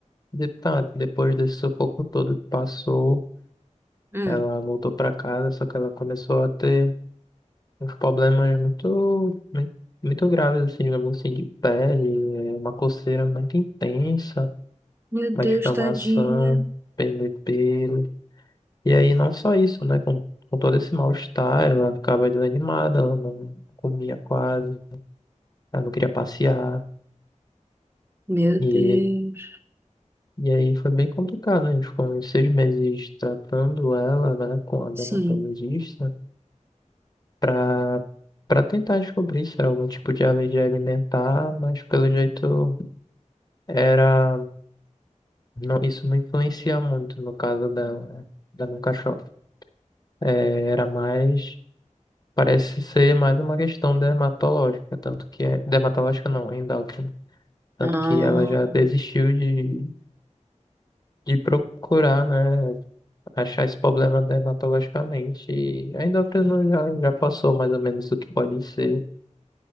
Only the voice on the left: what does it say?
de- tá, depois desse sufoco todo que passou,
ela voltou para casa, só que ela começou a ter uns problemas muito, muito, muito graves, assim, digamos assim, de pele, é, uma coceira muito intensa,
uma
descamação,
perder pelo. E aí não só isso, né? Com, com todo esse mal-estar, ela ficava desanimada, ela não comia quase, ela não queria passear.
E,
e aí foi bem complicado, né? A gente ficou uns seis meses tratando ela, né, com a dermatologista,
pra, pra tentar descobrir se era algum tipo de alergia alimentar, mas pelo jeito. Era, não, isso não influencia muito no caso dela, né? Da minha cachorra. É, era mais, parece ser mais uma questão dermatológica, tanto que é, dermatológica não, endócrina. Tanto
que ela já desistiu de, de procurar, né? Achar esse problema dermatologicamente. E a endócrina já, já passou mais ou menos o que pode ser,